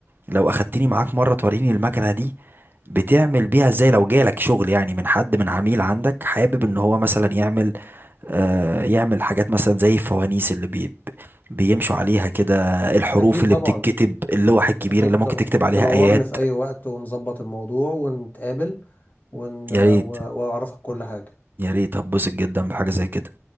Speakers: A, on the right; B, on the left.
A: لو اخدتني معاك مرة توريني المكنة دي بتعمل بيها ازاي لو جالك شغل يعني من حد من عميل عندك حابب ان هو مثلا يعمل آه، يعمل حاجات مثلا زي الفوانيس اللي بي بيمشوا عليها كده الحروف
B: اكيد
A: اللي
B: طبعا
A: بتتكتب اللوح الكبيرة
B: أكيد
A: اللي ممكن
B: طبعا
A: تكتب عليها
B: تنورني
A: آيات
B: في أي وقت ونظبط الموضوع ونتقابل ون...
A: يا ريت
B: و... وأعرفك كل حاجة
A: يا ريت هتبسط جدا بحاجة زي كده